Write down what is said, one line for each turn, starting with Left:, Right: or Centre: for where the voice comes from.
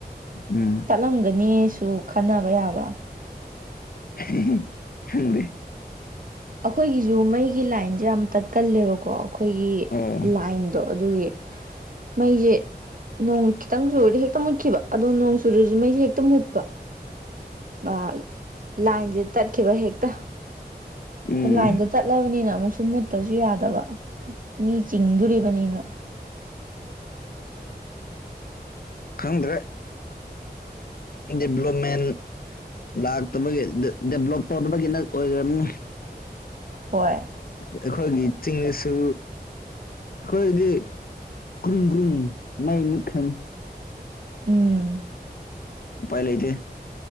Left: ꯎꯝ
Right: ꯆꯠꯂꯝꯒꯅꯤꯁꯨ ꯈꯟꯅꯕ ꯌꯥꯕ
Left: <unintelligible>
Right: ꯑꯩꯈꯣꯏꯒꯤꯁꯨ ꯃꯩꯒꯤ ꯂꯥꯏꯟꯖꯦ ꯌꯥꯝ ꯇꯠꯀꯜꯂꯦꯕꯀꯣ ꯑꯩꯈꯣꯏꯒꯤ
Left: ꯑꯣ
Right: ꯂꯥꯏꯟꯗꯣ ꯑꯗꯨꯒꯤ ꯃꯩꯁꯦ ꯅꯣꯡ ꯈꯤꯇꯪ ꯆꯨꯔꯗꯤ ꯍꯦꯛꯇ ꯃꯨꯠꯈꯤꯕ ꯑꯗꯣ ꯅꯣꯡ ꯆꯨꯨꯔꯁꯨ ꯃꯩꯁꯦ ꯍꯦꯛꯇ ꯃꯨꯠꯄ ꯑꯥ ꯂꯥꯏꯟꯁꯦ ꯇꯠꯈꯤꯕ ꯍꯦꯛꯇ
Left: ꯎꯝ
Right: ꯂꯥꯏꯟꯗꯣ ꯆꯠꯂꯕꯅꯤꯅ ꯑꯃꯨꯛꯁꯨ ꯃꯨꯠꯇꯁꯨ ꯌꯥꯗꯕ ꯃꯤ ꯆꯤꯡꯗꯣꯔꯤꯕꯅꯤꯅ
Left: ꯈꯪꯗ꯭ꯔꯦ ꯗꯦꯕꯂꯞꯃꯦꯟ ꯂꯥꯛꯇꯕꯒꯤ ꯗ ꯗꯦꯕꯂꯣꯞ ꯇꯧꯗꯕꯒꯤꯅ ꯑꯣꯏꯔꯝꯅꯤ
Right: ꯍꯣꯏ
Left: ꯑꯩꯈꯣꯏꯒꯤ ꯆꯤꯡꯗꯁꯨ ꯑꯩꯈꯣꯏꯗꯤ ꯀ꯭ꯔꯨꯝ ꯀ꯭ꯔꯨꯝ ꯃꯩ ꯃꯨꯠꯈ꯭ꯔꯅꯤ
Right: ꯎꯝ
Left: ꯎꯄꯥꯏ ꯂꯩꯇꯦ